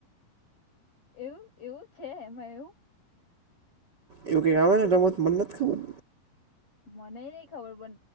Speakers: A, on the left; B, on the right.
A: એવું એવું છે એમાં એવું.
B: એવું કઈ આવે
A: કે
B: છે રમત
A: પછી
B: મને નથ ખબર.
A: મને નઈ ખબર પન